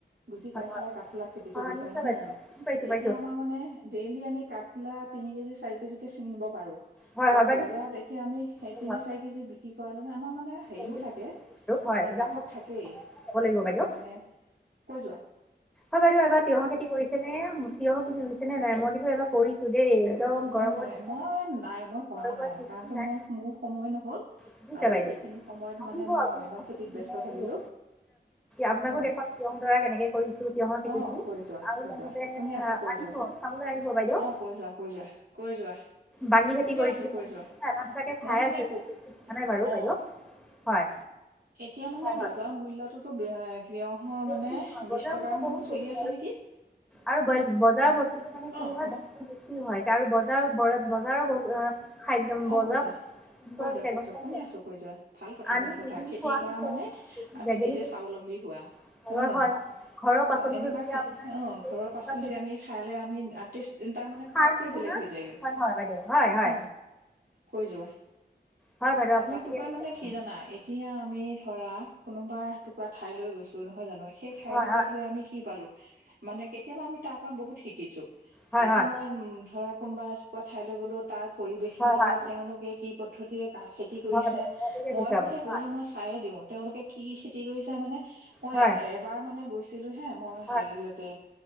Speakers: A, on the right; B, in the centre.
A: বুজি
B: হয়
A: পাইছা কাঠফুলা খেতিটোৰ
B: হয়
A: বিষয়ে
B: হয়, নিশ্চয়
A: নহয়
B: বাইদেউ
A: জানো,
B: পাইছোঁ
A: এতিয়া
B: পাইছোঁ
A: আমাৰ মানে ডেইলি আমি কাঠফুলাত তিনি কেজি চাৰি কেজি কে ছিঙিব পাৰো,
B: হয়
A: আৰু
B: হয় বাইদেউ
A: বজাৰত এতিয়া আমি সে
B: আপোনাৰ-
A: তিনি চাৰি কেজি বি কি কৰা লগে আমাৰ মানে হেৰিও
B: হয় যাম বুলি
A: থাকে,
B: ভাবিছো। হয়,
A: মানে
B: যাম
A: গ্ৰাহক
B: বুলি
A: থাকেই।
B: যাব লাগিব বাইদেউ
A: উম মানে, কৈ যোৱা।
B: হয় বাইদেউ, এইবাৰ তিয়হ খেতি কৰিছে নে, তিয়হৰ পুলি ৰুইছে নে নাই, মই কিন্তু এবাৰ কৰিছো দেই। একদম গৰমৰ
A: অ',
B: দিনৰ
A: মই নাই মই কৰা
B: পৰা
A: নাই,
B: ঠিক
A: কাৰণটো
B: নাই
A: মই মোৰ সময় নহ'ল।
B: বুজিছে
A: আৰু
B: বাইদেউ,
A: সেইখিনি সময়ত
B: আহিব
A: মানে মই অন্য
B: <unintelligible>
A: খেতিত ব্যস্ত থাকিলো
B: আপোনাকো
A: অ
B: দেখুৱ তিয়হ দৰা কেনেকে কৰি চো তিয়হৰ খেতিখিনি
A: অ কৈ যোৱা
B: আৰু
A: কৈ
B: লগতে
A: যোৱা শুনি আছো কৈ
B: আহিব,
A: যোৱা
B: চাবলৈ আহিব বাইদেউ।
A: অ কৈ যোৱা, কৈ যোৱা, কৈ যোৱা।
B: বাঙি খেতি
A: শুনি
B: কৰিছিলো,
A: আছো কৈ
B: <unintelligible>
A: যোৱা
B: এটা দুটাকে
A: মই
B: খাই
A: মানে
B: আছে
A: ক
B: <unintelligible> নাই বাৰু
A: অ
B: বাইদেউ। হয়
A: এতিয়া মানে
B: হয় হয়
A: বজাৰ মূল্যটো <unintelligible> তিঁয়হৰ
B: টেষ্টি
A: মানে
B: হয় বজাৰৰ
A: বিশ টকা
B: মূল্য বহুত
A: মান চলি
B: বেছি
A: আছে নেকি?
B: আৰু ব-বজাৰৰ
A: অ
B: বস্তুটো মানে কি
A: অ
B: হয়,
A: কোৱা
B: দামটো বেছি হয় তাৰ বজাৰ ব-বজাৰ <unintelligible> খাদ্যম
A: অ
B: বজাৰ
A: কৈ যোৱা
B: কেনেকুৱা
A: কৈ
B: হৈছে
A: যোৱা, কৈ
B: গম
A: যোৱা,
B: পাইছে
A: শুনি আছো, কৈ যোৱা, ভাল কথা,
B: আনি
A: কথা
B: দুদিন
A: খেতি
B: খোৱাৰ
A: কৰা
B: পিছত
A: মানে আমি
B: জেগেলী
A: নিজে স্বাৱলম্বী হোৱা।
B: ঘৰৰ
A: নহয়
B: হয়
A: জানো,
B: হয় ঘৰৰ পাচলিটো
A: অ', এনেকুৱা
B: যেতিয়া
A: খেত
B: আপোনাৰ
A: অ', ঘৰৰ পাচলি
B: তাত
A: আমি শা খালে আমি টেষ্ট তাৰ মানে
B: সাৰ
A: সোৱাদটোৱে
B: নোহোৱা
A: বেলেগ হৈ যায়গৈ,
B: হয় হয় বাইদেউ হয় হয়
A: অ' কৈ যোৱা,
B: হয় বাইদেউ আপুনি
A: তাতোকৈ
B: ঠিকে কৈছে
A: মানে
B: বাইদেউ
A: কি জানা, এই এতিয়া আমি ধৰা, কোনোবা এটুকুৰা ঠাইলৈ গৈছো, নহয় জানো, সেই ঠাই
B: হয়
A: টুকুৰাত গৈ আমি কি পালো, মানে কেতিয়াবা আমি তাৰ পৰা বহুত শিকিছো।
B: হয়
A: আজি
B: হয়
A: মই ধৰা কোনোবা এটুকুৰা ঠাইলৈ গ'লো, তাৰ পৰিবেশটো
B: হয়
A: লগত
B: হয়
A: তেওঁলোকে কি কত পদ্ধতিৰে কাহ খেতি কৰিছে
B: হয় হয় বাইদেউ হয় ঠিকে
A: মই
B: কৈছে
A: হলে
B: আপুনি
A: গলে
B: হয়
A: মই চায়ে দিওঁ, তেওঁলোকে কি কি খেতি কৰিছে মানে মই
B: হয়
A: এ এবাৰ মানে গৈছিলো হে, মই
B: হয়
A: হেৰিলৈকে